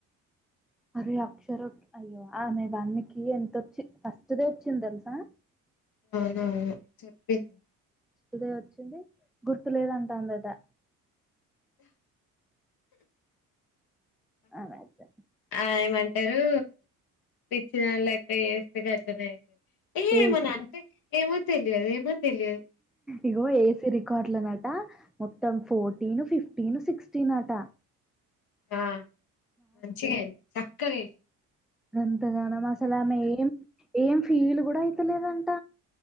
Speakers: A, in the centre; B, on the left.
A: అరే అక్షర అయ్యో ఆమె వానికి ఎంతొచ్చి ఫస్ట్ దే వచ్చింది తెలుసా
B: అవునా చెప్పింది
A: ఇదే వచ్చింది గుర్తు లేదంద టా అను అయితే
B: రాయమంటారు పిచ్చిధన్లెక్క చేేస్తే గర్ద మైతుంది ఏ
A: ఏసి
B: ఏమన్నా అంటే ఏమో తెలియదు ఏమో తెలియదు
A: ఇగో ఏసీ రికార్డులనట మొత్తం ఫోర్టీన్ ఫిఫ్టీన్ సిక్స్టీన్ అట
B: ఆ మంచిగైంది క్క గే
A: అంతగాన మా అసల ఆమె ఏం ఏం ఫీలు కూడా అయితలేదంట